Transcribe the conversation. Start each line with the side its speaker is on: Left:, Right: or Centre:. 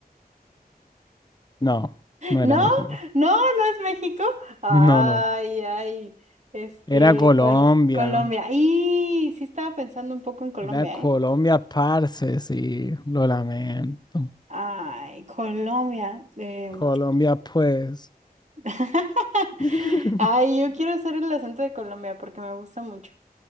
Left: No, no
Right: No,
Left: era México.
Right: no, no es México. Ay,
Left: No, no.
Right: ay, este,
Left: Era Colombia.
Right: ¿cuál? Colombia. Y sí estaba pensando un poco en Colombia,
Left: Era Colombia,
Right: ¿eh?
Left: parce, sí. Lo lamento.
Right: Ay, Colombia. em,
Left: Colombia, pues.
Right: <laughs>
Left: <laughs>
Right: Ay, yo quiero hacer el acento de Colombia porque me gusta mucho,